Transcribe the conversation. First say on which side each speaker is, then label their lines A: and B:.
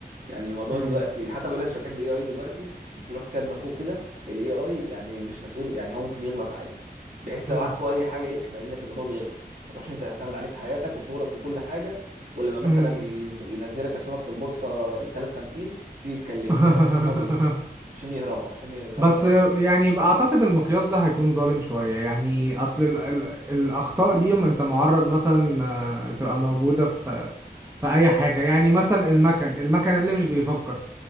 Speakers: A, on the right; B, on the right.
A: يعني الموضوع
B: امم
A: دلوقتي حتى بيقول لك شركات الاي اي دلوقتي بتروح كاتبه فوق كده الاي اي يعني مش مسؤول يعني هو ممكن يغلط عادي بحيث
B: امم
A: لو عكوا اي حاجه ايه احنا قايلين لك الموضوع بيغلط ما تروحش انت تعتمد عليه في حياتك وشغلك وكل حاجه ولما مثلا
B: امم
A: يز- ينزلك اسهمك في البورصه لسالب 50 تيجي تكلمنا
B: <laughs>
A: لا احنا قايل لك ان هو بيغلط عشان يهربوا عشان يخلصوا
B: بس
A: نفسهم
B: يعني اعتقد المقياس ده هيكون ظالم شوية يعني اصل ال ال الاخطاء دي انت معرض مثلا آه، تبقى موجودة في في اي حاجة يعني مثلا المكن المكن اللي مش بيفكر